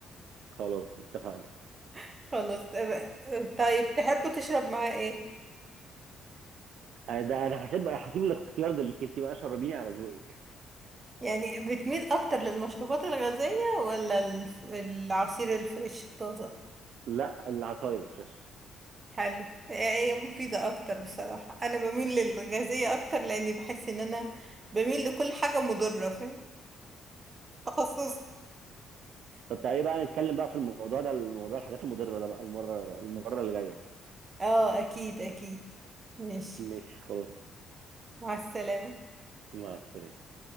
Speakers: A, on the right; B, on the right.
A: خلاص اتفقنا
B: <laughs> خلاص آه، طيب تحب تشرب معاه ايه
A: آه، ده انا هسيب هسيب الاختيار ده ليك انت بقى شربيني على ذوقك
B: يعني بتميل اكتر للمشروبات الغازية ولا الف- العصير الفريش الطازة
A: لا العصاير الفريش
B: حلو هي مفيدة أكتر بصراحة أنا بميل للغازية أكتر لأني بحس إن أنا بميل لكل حاجة مضرة فاهم تخصص
A: طب تعالي بقى نتكلم بقى في الموضوع ده الموضوع الحاجات المضرة ده بقى المرة المرة اللي جاية
B: اه أكيد أكيد ماشي
A: ماشي خلاص
B: مع السلامة
A: مع السلامة